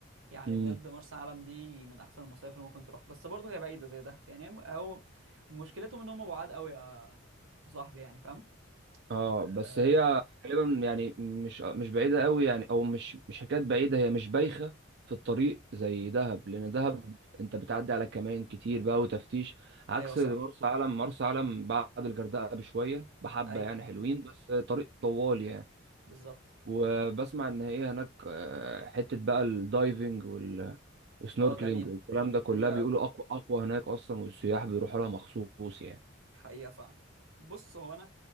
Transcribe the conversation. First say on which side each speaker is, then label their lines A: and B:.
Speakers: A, on the right; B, on the right.
A: يعني
B: امم
A: بجد مرسى علم دي من احسن المصايف اللي ممكن تروح بس برضو هي بعيده زي دهب يعني هم- هو مشكلتهم ان هم بعاد قوي يا يا صاحبي يعني فاهم
B: اه
A: آه...
B: بس هي غالبا يعني مش مش بعيدة قوي يعني أو مش مش حكاية بعيدة هي مش بايخة في الطريق زي دهب لأن دهب أنت بتعدي على كمان كتير بقى وتفتيش عكس
A: ايوه صح
B: مرسى علم مرسى علم بعد الغردقة بشوية بحبة
A: ايوه
B: يعني حلوين بس طريق طوال يعني
A: بالظبط
B: وبسمع ان هي هناك آه، حته بقى الدايفنج وال- والسنوركلينج
A: اه جميله
B: والكلام ده كلها
A: جميله
B: بيقولوا
A: قوي
B: اقوى اقوى هناك اصلا والسياح بيروحوا لها مخصوص يعني
A: حقيقه فعلا بص هو انا